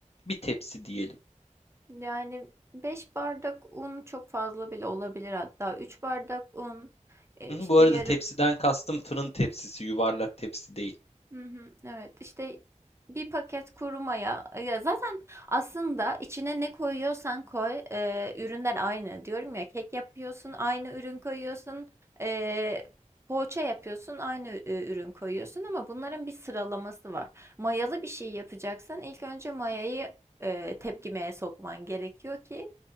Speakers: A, on the left; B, on the right.
A: bir tepsi diyelim.
B: Yani 5 bardak un çok fazla bile olabilir hatta. üç bardak un, eee,
A: Hı
B: işte
A: hı, bu arada
B: yarım.
A: tepsiden kastım fırın tepsisi, yuvarlak tepsi değil.
B: Hı hı, evet işte bir paket kuru maya e, ya zaten aslında içine ne koyuyorsan koy e, ürünler aynı diyorum ya kek yapıyorsun aynı ürün koyuyorsun e, poğaça yapıyorsun aynı e, ürün koyuyorsun ama bunların bir sıralaması var. Mayalı bir şey yapacaksan ilk önce mayayı e, tepkimeye sokman gerekiyor ki